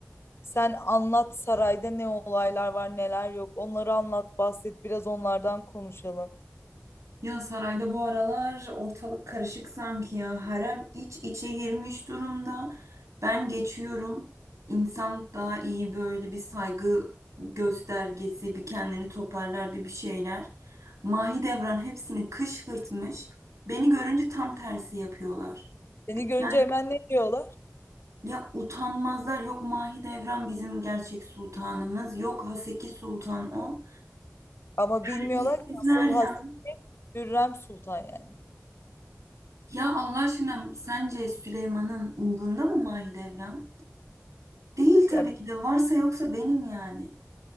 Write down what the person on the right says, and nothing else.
Ya sarayda bu aralar ortalık karışık sanki ya. Harem iç içe girmiş durumda. Ben geçiyorum. İnsan daha iyi böyle bir saygı göstergesi, bir kendini toparlar, bir bir şeyler. Mahidevran hepsini kışkırtmış. Beni görünce tam tersi yapıyorlar.
Yani
ya utanmazlar. Yok Mahidevran bizim gerçek sultanımız. Yok Haseki Sultan o.
Terbiyesizler
ya.
Ya Allah aşkına sence Süleyman'ın umrunda mı Mahidevran? Değil tabii
ki de varsa yoksa benim yani.